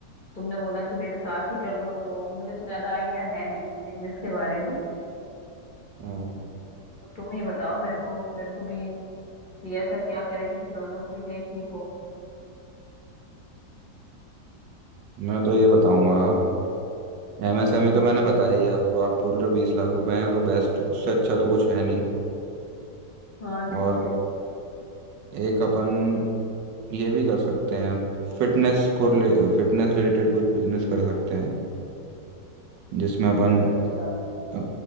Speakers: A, on the left; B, on the right.
A: तुमने बोला कि मेरे साथ ही कर लो तो मुझे तो ज्यादा आइडिया है नहीं बिजनेस के बारे में
B: हाँ,
A: तो तुम ही बताओ मेरे को मेरे को भी कि ऐसा क्या करें कि दोनों के लिए ठीक हो
B: मैं तो ये बताऊंगा एमएसएमई
A: हम्म
B: तो मैंने बताया ही आपको आप बोल रहे हो बीस लाख रुपए हैं तो बेस्ट उससे अच्छा तो कुछ है नहीं
A: हाँ
B: और
A: ठीक है
B: एक अपन ये भी कर सकते हैं फिटनेस को फिटनेस रिलेटेड कुछ बिजनेस कर सकते हैं जिसमें अपन
A: अच्छा
B: अ,